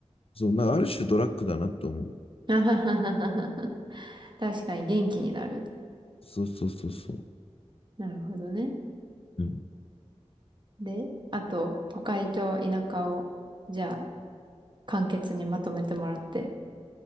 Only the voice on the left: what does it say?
そう、なんかある種ドラッグだなって思う。
そうそうそうそう。
うん